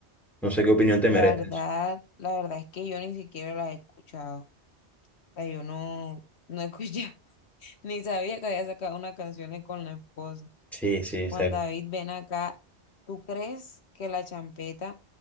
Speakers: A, in the centre; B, on the left.
A: No sé qué opinión te
B: La
A: merece
B: verdad,
A: eso.
B: la verdad es que yo ni siquiera las he escuchado. O sea, yo no, no escuché, <laughs> ni sabía que había sacado unas canciones con la esposa.
A: Sí, sí, está
B: Juan David, ven acá. ¿Tú crees que la champeta